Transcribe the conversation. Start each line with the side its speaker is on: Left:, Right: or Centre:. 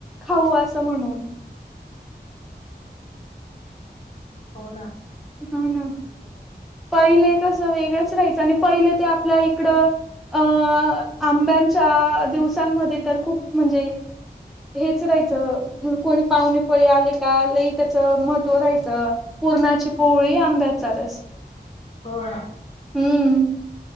Centre: खाऊ असं म्हणून.
Left: हो ना
Centre: हा ना
Left: आणि
Centre: पहिले कसं वेगळंच राहायचं आणि पहिले ते आपल्या इकड अ आंब्यांच्या दिवसांमध्ये तर खूप म्हणजे हेच राहायचं, म्ह कोणी पाहुणेपाई आले का, लई त्याच महत्त्व राहायचं. पूर्णाची पोळी, आंब्याचाा रस,
Left: हो ना
Centre: हम्म,